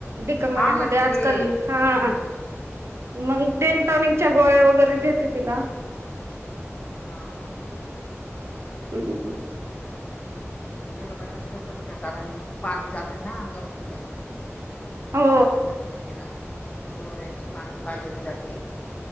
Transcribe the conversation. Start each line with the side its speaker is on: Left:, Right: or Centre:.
Right: डीकमलीमधे
Left: हा म्हणजे
Right: आजकाल
Left: ते
Right: हा.
Left: हम्म
Right: मग डेन
Left: ते
Right: टॉनिकच्या
Left: पण आहे ते
Right: गोळ्या
Left: पण आहे
Right: वगैरे देते तिला.
Left: हा, हा, हा,
Right: <unintelligible>
Left: जुलबालाच जपत जा कारण पाणी जातं ना अंगामधल
Right: हो
Left: तरातीला त्यालाऱ्याचच पाणी पाजत जाते.